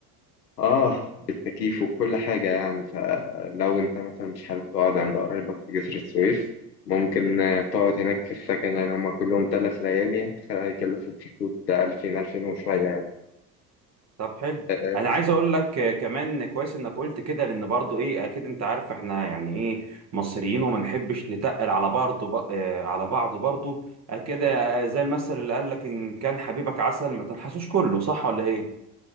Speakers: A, on the left; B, on the right.
A: اه بالتكييف وكل حاجة يعني فلو انت مثلا مش حابب تقعد عند قرايبك في جسر السويس ممكن آه، تقعد هناك في السكن يعني هما كلهم تلات ليالي هتخ- هيكلفوا في حدود ألفين ألفين وشوية يعني
B: طب حلو
A: آه،
B: انا عايز اقول لك آه، كمان كويس انك قلت كده لان برضو ايه اكيد انت عارف احنا يعني ايه مصريين وما نحبش نتقل على بعض ب... آه، على بعض برضو آه، كده آه، زي المثل اللي قال لك ان كان حبيبك عسل ما تنحسوش كله صح ولا ايه